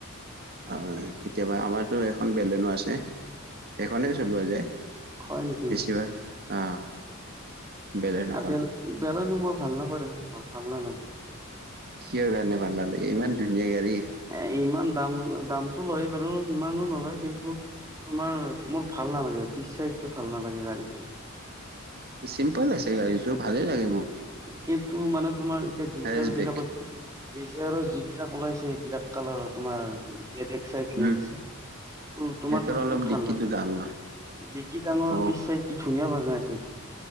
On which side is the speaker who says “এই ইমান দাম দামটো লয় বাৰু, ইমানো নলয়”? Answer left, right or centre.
Right